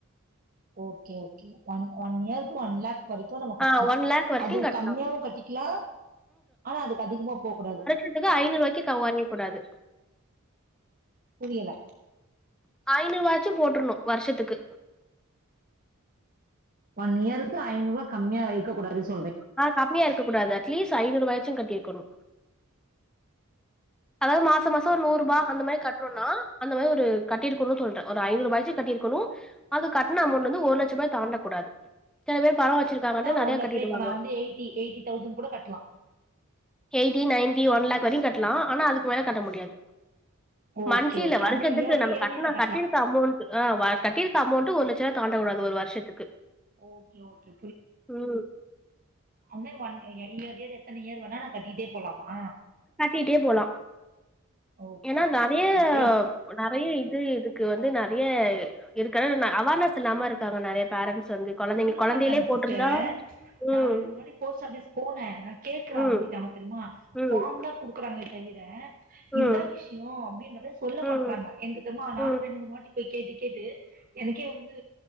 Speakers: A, on the right; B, in the centre.
A: ஓகே ஓகே ஒன் ஒன் இயர்க்கு ஒன் லேக் வரைக்கு நம்ம கட்லா
B: ஆ ஒன் லேக் வரைக்கும்
A: அதுவு
B: கட்டலாம்
A: கம்மியாவு கட்டிக்குலா ஆனா அதுக்கு அதிகமா போ கூடாது
B: இப்ப தா ஐநூர்வாய்க்கு கவ் கொறய கூடாது
A: புரியல
B: ஐநூறுவாச்சு போட்றனு வருஷத்துக்கு
A: ஒன் இயருக்கு ஐநூறுவா கம்மியா இருக்க கூடாது சொல்றி
B: ஆ கம்மியா இருக்க கூடாது அட்லீஸ்ட் ஐநூறுவாயாச்சு கட்டிருக்கணு அதாவுது மாசோ மாசோ ஒரு நூரூபா
A: அப்போ
B: அந்த மாறி கட் றோனா அந்த மாறி ஒரு கட்டிருக்கணு சொல்றே ஒரு ஐநூறுவாயாசு கட்டிருக்கணு அது கட்ன அமௌண்டுலருந்து ஒரு லட்சருபாய தாண்ட கூடாது செல பேர் பண வச்சிருக்காங்கன்ட்டு
A: ஆனா ரூ.
B: நெறய கட்டிட்டுவாங்க
A: இப்ப நான் வந்து கூட கட்டலாம்.
B: எயிட்டி நயன்டி ஒன்லக் வரயு கட்லா ஆனா அதுக்கு மேல கட்ட முடியாது
A: ஓகே,
B: மன்த்லி இல்ல
A: ஓகே.
B: வருஷத்துக்கு
A: அந்த மாரி இயர்லி
B: நம்ம
A: இயர்லி
B: கட்ன
A: நான் கட்டலாம்.
B: கட்டிருக்க அமௌண்டு அ கட்டிருக்க அமௌண்டு ஒரு லட் சரூவா தாண்டகூடாது ஒரு வருஷத்துக்கு
A: ஓகே, ஓகே.
B: ம்
A: அண்ணே ஒன் எ இயரு எத்தன இயரு வேணா நா கட்டிட்டே போலாமா
B: கட்டிட்டே போலா
A: ஓகே.
B: ஏன்னா நெறய
A: அது
B: நெறய இது இதுக்கு வந்து நெறய இருக்கது அவேர்னஸ் இல்லாம இருக்காங்க நெறய பேரண்ஸ் வந்து கொழந்தைங்க
A: சொல்ல
B: கொழந்தையிலே
A: மாட்றாங்க
B: போட்டிருந்தா
A: சிஸ்டர் நா
B: ம்
A: ரெண்டு மூனு வாட்டி போஸ்ட் ஆஃபிஸ் போனே நா கேக்குறே அவுங்க
B: ம்
A: கிட்ட ஹா தெரியுமா
B: ம்
A: ஃபார்ம் தா குடுக்குறாங்ளே தவிர
B: ம்
A: இதுதா விஷ்யோ அப்டின்றத சொல்ல
B: ம்
A: மாட்றாங்க எனக்கு த்தமா
B: ம்
A: நானு ரெண்டு மூணு வாட்டி போய் கேட்டு கேட்டு எனக்கே வந்து